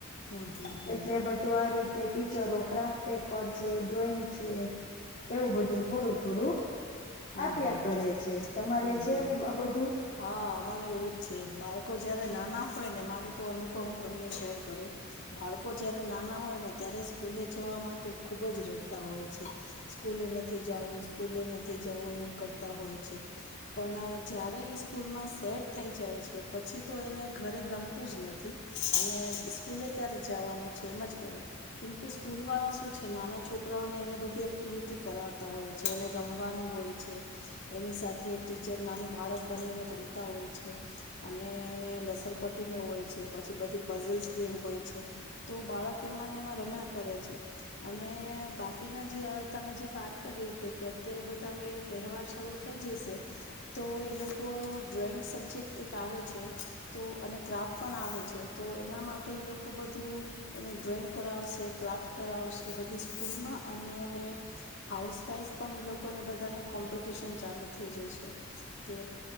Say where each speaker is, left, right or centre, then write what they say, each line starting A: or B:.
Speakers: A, on the left; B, on the left.
A: હમ હમ હમ હમ હમ
B: એટલે બધું આ રીતે ટીચરો ક્રાફ્ટ પેપર છે ડ્રોઈંગ છે. એવું બધું થોડું થોડું
A: હમ
B: આપ્યા
A: હમ
B: કરે
A: હમ
B: છે તમારે
A: હમ
B: છે
A: હમ
B: એવું બધું
A: હા અમારે એવું જ છે બાળકો જયારે નાના હોય ને મારો તો અનુભવ હું તમને શેર કરું બાળકો જ્યારે નાના હોય ને ત્યારે સ્કૂલે જવા માટે ખૂબ જ રડતા હોય છે સ્કૂલે નથી જવું, સ્કૂલે નથી જવું એવું કરતા હોય છે પણ જયારે ઈ સ્કૂલમાં સેટ થઈ જાય છે પછી તો એને ઘરે ગમતું જ નથી અને સ્કૂલે ક્યારે જવાનું છે એમ જ કરે કેમ કે સ્કૂલ વાળા શું છે નાના છોકરાઓને એની બધી એક્ટિવિટી કરાવતા હોય છે અને રમ હોય છે એની સાથે ટીચર નાનું બાળક બનીને રમતા હોય છે ને એને લસર પટીને હોય છે, પછી બધી પઝલ્સ ગેમ હોય છે તો બાળક એમાં એમાં રમયા કરે છે અને બાકીના જે હવે તમે જે વાત કરી રીતે અત્યારે બધા હવે તહેવાર શરૂ થઈ જશે તો એ લોકો ડ્રોઈંગ સબ્જેક્ટ એક આવે છે તો અને ક્રાફ્ટ પણ આવે છે તો એના માટે એ લોકો બધું એ ડ્રોઈંગ કરાવશે ક્રાફ્ટ કરાવશે બધી સ્કૂલમાં અને હવે હાઉસ વાઈશ પણ એ લોકોને બધાને કોમ્પિટિશન ચાલુ થઈ જશે કે